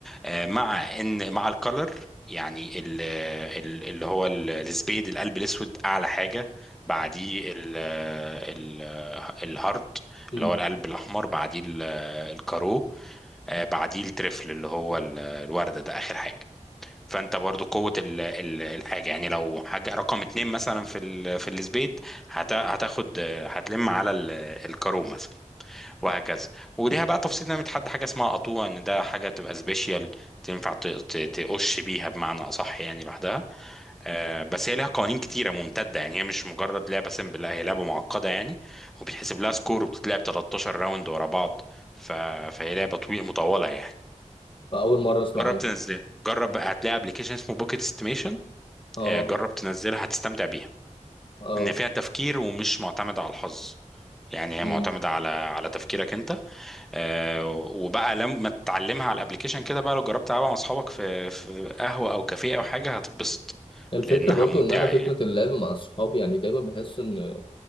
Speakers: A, in the centre; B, on the left.
A: آه، مع ان مع الكلر يعني ال- ال- اللي هو ال- السبيد القلب الاسود اعلى حاجه بعديه ال- آه، ال- آه، الهارت
B: うんうんうんうんうんうんうんうんうんأول
A: اللي هو القلب الاحمر بعديه ال- آه، الكارو آه، بعديه الترفل اللي هو ال- الوردة ده آخر حاجة فانت برضو قوة ال- ال- الحاجة يعني لو حاجة رقم اتنين مثلا في ال- في السبيد هت- هتاخد آه، هتلم على ال- الكارو مثلا وهكذا وليها بقى تفصيل انها بتحدد حاجة اسمها قطوع ان ده حاجة تبقى سبيشال تنفع ت- ت- تقش بيها بمعنى أصح يعني لوحدها آه، بس هي ليها قوانين كتيرة ممتدة يعني هي مش مجرد لعبة سيمبل لا هي لعبة معقدة يعني وبيتحسب لها سكور وبتتلعب 13 راوند ورا بعض ف... فهي لعبة طويلة مطولة يعني
B: مرة أسمع
A: جرب
B: عنها
A: تنزلها جرب بقى، هتلاقي ابلكيشن اسمه بوكيت استيميشن
B: أه
A: جرب تنزلها هتستمتع بيها
B: أه
A: ان فيها تفكير ومش معتمدة على الحظ يعني هي
B: مم.
A: معتمدة على على تفكيرك انت آه وبقى لما تتعلمها على الابلكيشن كده بقى لو جربت تلعبها مع اصحابك في في قهوة او كافيه او حاجة هتتبسط
B: الفكرة
A: لانها
B: برضو
A: ممتعة
B: إن أنا فكرة
A: يعني
B: اللعب مع صحابي يعني دايما بحس إن